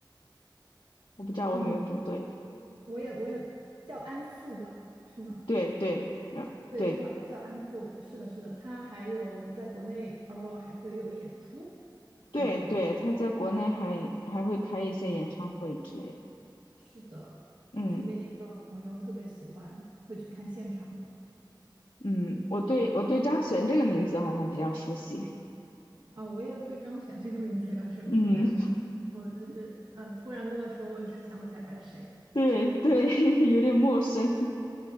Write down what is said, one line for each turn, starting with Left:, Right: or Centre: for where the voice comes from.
Left: 我不知道我有没有读对。
Right: 嗯，我也我也叫安富吧，是吗？
Left: 对对
Right: 对，
Left: 对
Right: 就叫叫安富，对是的，是的，他还有在国内偶尔还会有演出。
Left: 对对，
Right: 嗯，
Left: 他在国内还还会开一些演唱会之类的。
Right: 是的，
Left: 嗯
Right: 我身边也有朋友特别喜欢，会去看现场的。
Left: 嗯，我对我对张悬这个名字好像比较熟悉。
Right: 啊，我也对张悬这个名字比较熟悉，
Left: 嗯，
Right: 安富，我真是，嗯，突然跟我说，我也是想不起来他是谁。
Left: <laughs> 对对，<laughs> 有点陌生。